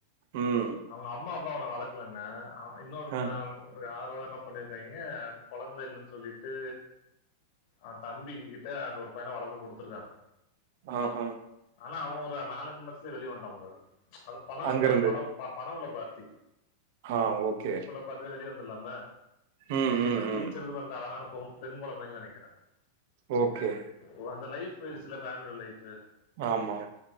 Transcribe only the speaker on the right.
ம்
ஆ
ஆஹா
அங்கருந்து
ஆ ஓகே
ம் ம்
ம்
ஓகே
ஆமாமா